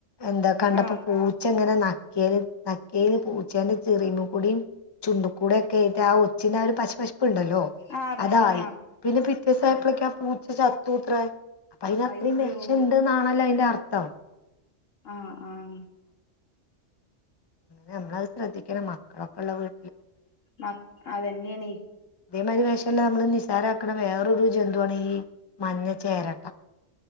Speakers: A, on the left; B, on the left.
A: എന്താ കണ്ടപ്പോ
B: ആഹ്
A: പൂച്ച ഇങ്ങനെ ന നക്കിയേല് നക്കിയേല് പൂച്ചേന്റെ ചെറിമ്മേ കൂടിയും ചുണ്ട് കൂടെ ഒക്കെയായിട്ട് ആഹ് ഒച്ചിൻ്റെ ആഹ് ഒരു പശ പശ പ്പ് ഉണ്ടല്ലോ
B: ആഹ് പശു
A: അതായി
B: ആഹ്
A: പിന്നെ പിറ്റേസായപ്പളൊക്കെ
B: ആഹ്
A: ആ പൂ സത്ത ഉത്ര അപ്പൊ അയിന് അത്രേം
B: അയ്യോ
A: വേഷം ഇണ്ട്ന്നാണല്ലോ അതിന്റെ അർ ട്ടൊ
B: ആഹ്ആഹ്
A: നമ്മളത് ശ്രദ്ധിക്കണമ്മ കഫ്ള്ള വീ
B: മ അതന്നേണീ
A: അതേമാതിരി വേശല്ല നമ്മള് നിശ് സാരക്കണ വേറൊരു ജന്തോണ് ഈ മഞ്ഞ ചേരട്ട